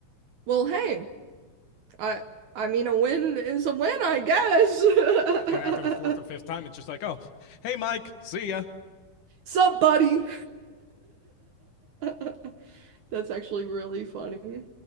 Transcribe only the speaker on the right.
well, hey, I I mean a win is a win, I guess.
<laughs> Sup, buddy? <laughs> That's actually really funny.